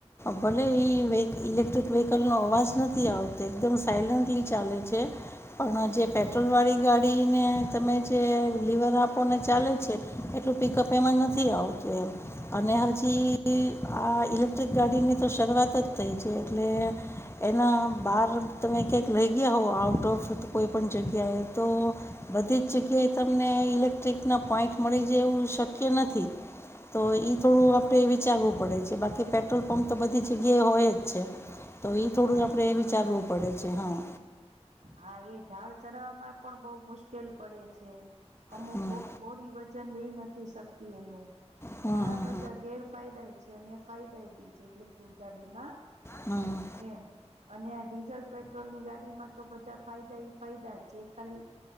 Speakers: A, on the left (about 20°); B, on the right (about 80°).
A: ભલે એ વે ઇલેક્ટ્રિક વિહિકલ નો અવાજ નથી આવતો એકદમ સાયલન્ટલી ચાલે છે. પણ
B: હમ
A: જે પેટ્રોલ વાળી ગા ડીને તમે જે લીવર આપો ને ચાલે છે એટલું પિકઅપ એમાં નથી આવતું એમ અને હજી આ ઇલેક્ટ્રિક ગાડીની તો શરૂઆત જ થઈ છે એટલે એના બાર તમે ક્યાંક વઈ ગયા હો આઉટ ઓફ તો કોઈ પણ જગ્યાએ તો બધી જ જગ્યાએ તમને ઇલેક્ટ્રિકના પોઈન્ટ મળી જાય એવું શક્ય નથી. તો ઈ થોડું આપણે વિચારવું પડે છે બાકી પેટ્રોલ પંપ તો બધી જગ્યાએ હોય જ છે. તો એ
B: હા
A: થોડું આપણે વિચારવું પડે છે હા.
B: હા એ ઢાળ ચડવામાં પણ બહુ મુશ્કેલ પડે છે. અમુક
A: હમ
B: બો બોડી વજન લઈ નથી શકતી એનું.
A: હમ
B: ઘણા બધા ગેરફાયદાય ઈ છે અને ફાયદાય બી છે ઇલેક્ટ્રિક ગાડીમાં.
A: હમ હમ
B: એમ અને આ ડીઝલ પેટ્રોલની ગાડીમાં તો બધા ફાયદા ઈ ફાયદા જ છે એક ખાલી